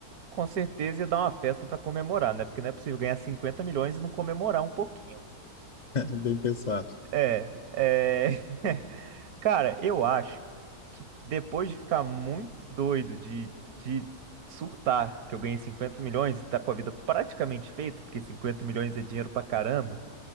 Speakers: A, on the right; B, on the left.
A: Com certeza ia dar uma festa pra comemorar, né? Porque não é possível ganhar 50 milhões e não comemorar um pouquinho.
B: <laughs> Bem pensado.
A: É, é... <laughs> Cara, eu acho que depois de ficar muito doido de, de surtar que eu ganhei 50 milhões e tá com a vida praticamente feita, porque 50 milhões é dinheiro pra caramba,